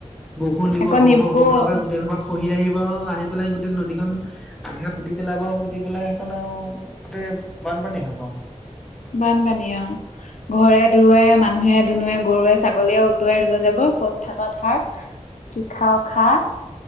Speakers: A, in the centre; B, on the left.
A: বৰষুণ দিব
B: আকৌ
A: শৰ-শৰ-শৰকে
B: নিপকো
A: গোটেই সোপাক খহি আহিব আৰু আহি পেলাই গোটেই নদীখন আধা পুতি পেলাব পুতি পেলাই সেইখন আৰু গোটেই বানপানী হ'ব।
B: বানপানী অঁ। ঘৰে দূৰুৱে, মানুহে-দুনোৱে, গৰুৱে-ছাগলীয়ে উটুৱাই লৈ যাব ক'ত থাকক থাক। কি খাও খা